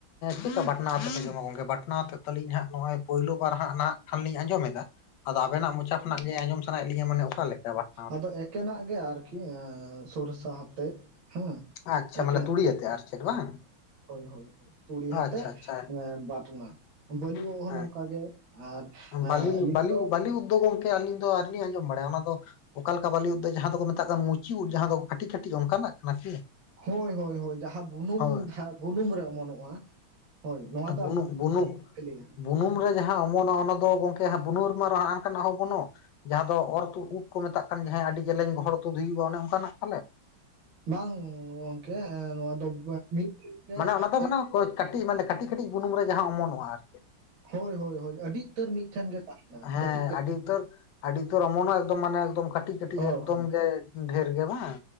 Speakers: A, on the left (about 70°); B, on the right (about 70°).
A: ᱪᱮᱫᱠᱟ ᱵᱟᱴᱱᱟ ᱟᱛᱮ ᱯᱮ ᱡᱚᱢᱟ ᱜᱚᱝᱠᱮ ᱵᱟᱴᱱᱟ ᱟᱛᱮᱫᱞᱤᱧ ᱱᱚᱜᱼᱚᱭ ᱯᱳᱭᱞᱳ ᱵᱟᱨ ᱦᱟᱸᱜ ᱱᱟᱦᱟᱜ ᱠᱷᱟᱱ ᱞᱤᱧ ᱟᱸᱡᱚᱢᱮᱫᱟ᱾ ᱟᱫᱚ ᱟᱵᱮᱱᱟᱜ ᱢᱚᱪᱟ ᱠᱷᱱᱟᱜ ᱜᱮ ᱟᱸᱡᱚᱢ ᱥᱟᱱᱟᱭᱮᱫ ᱞᱤᱧᱟᱹ ᱢᱟᱱᱮ ᱚᱠᱟ ᱞᱮᱠᱟ ᱵᱟᱝ?
B: ᱟᱫᱚ ᱮᱠᱮᱱᱟᱜ ᱜᱮ ᱟᱨᱠᱤ ᱥᱚᱨᱥᱟ ᱦᱟᱛᱮᱫ ᱦᱮᱸ᱾
A: ᱟᱪᱪᱷᱟ
B: ᱮᱠᱮᱱ
A: ᱢᱟᱱᱮ ᱛᱩᱲᱤ ᱟᱛᱮ ᱟᱨ ᱪᱮᱫ ᱵᱟᱝ
B: ᱦᱳᱭ ᱦᱳᱭ ᱛᱩᱲᱤ ᱦᱟᱛᱮ
A: ᱟᱪᱪᱷᱟ ᱟᱪᱪᱷᱟ
B: ᱵᱟᱴᱱᱟ᱾ ᱵᱟᱹᱞᱤ ᱳᱜ
A: ᱦᱮᱸ
B: ᱦᱚᱸ ᱱᱚᱝᱠᱟ ᱜᱮ ᱟᱨ
A: ᱵᱟᱹᱞᱤ
B: ᱟᱹᱞᱤᱧ
A: ᱵᱟᱹᱞᱤ
B: ᱫᱚ
A: ᱵᱟᱹᱞᱤ ᱩᱫᱽ ᱫᱳ ᱜᱚᱢᱠᱮ ᱟᱹᱞᱤᱧ ᱫᱚ ᱟᱨᱞᱤᱧ ᱟᱸᱡᱚᱢ ᱵᱟᱲᱟᱭᱟ ᱚᱱᱟ ᱫᱚ ᱚᱠᱟ ᱞᱮᱠᱟ ᱵᱟᱹᱞᱤ ᱩᱫᱽᱫ ᱡᱟᱦᱟᱸ ᱫᱚᱠᱚ ᱢᱮᱛᱟᱜ ᱠᱟᱱ ᱢᱩᱪᱤ ᱩᱫ ᱡᱟᱦᱟᱸ ᱫᱚ ᱠᱟᱹᱴᱤᱡ ᱠᱟᱹᱴᱤᱡ ᱚᱱᱠᱟᱱᱟᱜ ᱠᱟᱱᱟ ᱠᱤ?
B: ᱦᱳᱭ ᱦᱳᱭ ᱦᱳᱭ ᱡᱟᱦᱟᱸ ᱵᱩᱱᱩᱢ
A: ᱦᱳᱭ
B: ᱪᱷᱟ ᱵᱩᱱᱩᱢ ᱨᱮ ᱚᱢᱚᱱᱚᱜᱼᱟ ᱦᱳᱭ ᱱᱚᱣᱟ ᱫᱚ᱾
A: ᱵᱩᱱᱩᱢ ᱵᱩᱱᱩᱢ
B: ᱯᱮᱞᱮᱭᱟ
A: ᱵᱩᱱᱩᱢ ᱨᱮ ᱡᱟᱦᱟᱸ ᱚᱢᱚᱱᱟ ᱚᱱᱟ ᱫᱚ ᱜᱚᱝᱠᱮ ᱦᱟᱸ ᱵᱩᱱᱩ ᱨᱮᱢᱟ ᱦᱟᱱᱠᱟᱱᱟᱜ ᱦᱚᱸ ᱚᱢᱚᱱᱚᱜ᱾ ᱡᱟᱦᱟᱸ ᱫᱚ ᱚᱨ ᱛᱩᱨ ᱩᱫ ᱠᱚ ᱢᱮᱛᱟᱜ ᱠᱟᱱ ᱡ ᱟᱹᱰᱤ ᱡᱮᱞᱮᱧ ᱜᱚᱦᱚᱲ ᱛᱩᱫ ᱦᱩᱭᱩᱜᱼᱟ ᱚᱱᱮ ᱚᱱᱠᱟᱱᱟᱜ ᱯᱟᱞᱮ?
B: ᱵᱟᱝ ᱜᱚᱝᱠᱮ ᱱᱚᱣᱟ ᱫᱚ <unintelligible>
A: ᱢᱟᱱᱮ ᱚᱱᱟ ᱫᱚ ᱢᱟᱱᱮ ᱠᱟᱹᱴᱤᱡ ᱢᱟᱱᱮ ᱠᱟᱹᱴᱤᱡ ᱠᱟᱹᱴᱤᱡ ᱵᱩᱱᱩᱢ ᱨᱮ ᱡᱟᱦᱟᱸ ᱚᱢᱚᱱᱚᱜᱼᱟ ᱟᱨᱠᱤ᱾
B: ᱦᱳᱭ ᱦᱳᱭ ᱦᱳᱭ ᱟᱹᱰᱤ ᱩᱛᱟᱹᱨ ᱢᱤᱫᱴᱷᱮᱱ ᱜᱮ ᱛᱟᱦᱮᱱᱟ
A: ᱦᱮᱸ
B: ᱠᱟᱹᱴᱤᱡ ᱠᱟᱹᱴᱤᱡ᱾
A: ᱟᱹᱰᱤ ᱩᱛᱟᱹᱨ ᱟᱹᱰᱤ ᱩᱛᱟᱹᱨ ᱚᱢᱚᱱᱚᱜ ᱮᱠᱫᱚᱢ ᱢᱟᱱᱮ ᱠᱟᱹᱴᱤᱡ ᱠᱟᱹᱴᱤᱡ
B: ᱦᱳᱭ
A: ᱮᱠᱫᱚᱢ
B: ᱦᱳᱭ
A: ᱜᱮ ᱰᱷᱮᱨ ᱜᱮ ᱵᱟᱝ?